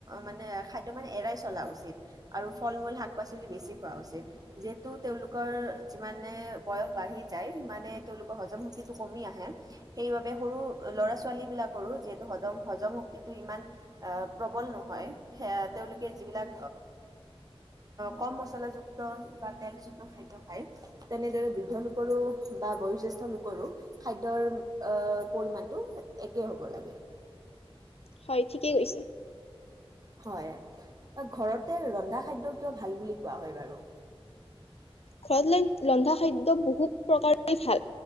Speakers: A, on the right (about 40°); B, on the left (about 80°).
A: মানে খাদ্য মানে এৰাই চলা উচিত আৰু ফল মূল শাক-পাচলি বেছি খোৱা উচিত। যিহেতু তেওঁলোকৰ যিমানে বয়স বাঢ়ি যায় সিমানে তেওঁলোকৰ হজম শক্ত। যিহেতু কমি আহে সেইবাবে সৰু ল'ৰা ছোৱালী বিলাকৰো যিহেতু হজম হজম শক্তিটো ইমান আহ প্ৰবল নহয় সে তেওঁলোকে যিবিলাক কম মচলাযুক্ত বা তেলযুক্ত খাদ্য খায় তেনেদৰে বৃদ্ধ লোকৰো বা বয়োজ্যেষ্ঠ লোক। কৰো খাদ্যৰ অহ্ পৰিমাণটো একে হ'ব লাগে।
B: হয় ঠিকেই কৈছে।
A: হয় ঘৰতে ৰন্ধা খাদ্য কিয় ভাল বুলি কোৱা হয় বাৰু?
B: ঘৰতলৈ ৰন্ধা খাদ্য বহুত প্ৰকাৰে ভাল।